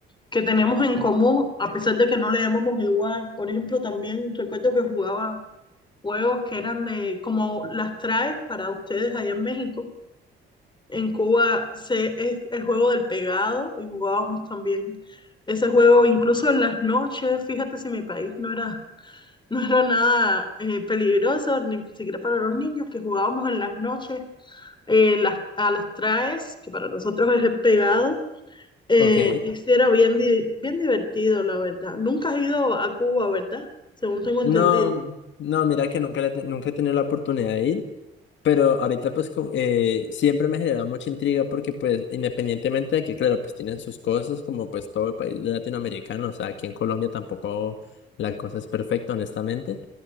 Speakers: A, on the left; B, on the left.
A: que tenemos en común, a pesar de que no le llamamos igual. Por ejemplo, también recuerdo que jugaba juegos que eran de, como las traes para ustedes allá en México. En Cuba se, es el juego del pegado y jugábamos también ese juego incluso en las noches. Fíjate si mi país no era, no era nada eh, peligroso, ni siquiera para los niños, que jugábamos en las noches eh, las, a las traes, que para nosotros es el pegado, eh,
B: Ok.
A: y sí era bien, di- bien divertido, la verdad. Nunca has ido a Cuba, ¿verdad? Según tengo entendido.
B: No, no, mira que nunca, le- nunca he tenido la oportunidad de ir, pero ahorita pues co- eh, siempre me genera mucha intriga porque pues independientemente de que claro, pues tienen sus cosas como pues todo el país latinoamericano, o sea, aquí en Colombia tampoco la cosa es perfecta, honestamente,